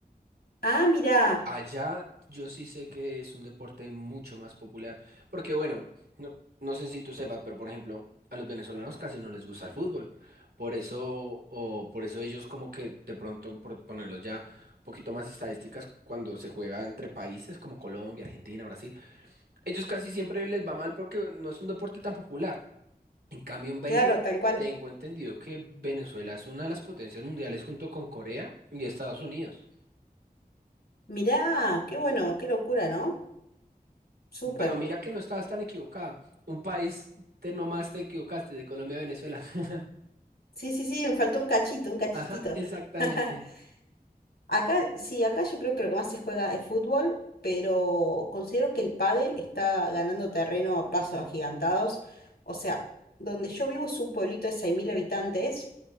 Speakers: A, on the left (about 80°); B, on the right (about 80°).
A: Ah, mirá,
B: Allá yo sí sé que es un deporte mucho más popular, porque bueno, no, no sé si tú sepas, pero por ejemplo, a los venezolanos casi no les gusta el fútbol, por eso, o por eso ellos como que de pronto, por ponerlos ya un poquito más estadísticas, cuando se juega entre países como Colombia, Argentina, Brasil, ellos casi siempre les va mal porque no es un deporte tan popular. En cambio, en béisbol,
A: claro, tal cual.
B: tengo entendido que Venezuela es una de las potencias mundiales junto con Corea y Estados Unidos.
A: Mirá, qué bueno, qué locura, ¿no? Súper.
B: Pero mira que no estabas tan equivocada. Un país de nomás te equivocaste, de Colombia a Venezuela. <laughs>
A: Sí, sí, sí, me faltó un cachito, un cachitito.
B: Ajá, exactamente.
A: <laughs> Acá, sí, acá yo creo que lo que más se juega es fútbol, pero considero que el pádel está ganando terreno a pasos agigantados. O sea, donde yo vivo es un pueblito de 6.000 habitantes